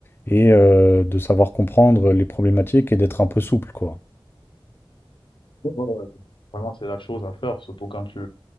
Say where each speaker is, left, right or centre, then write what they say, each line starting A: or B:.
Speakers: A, on the left; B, on the left.
A: et euh, de savoir comprendre les problématiques et d'être un peu souple, quoi.
B: Ouais, ouais, Vraiment, c'est la chose à faire, surtout quand tu,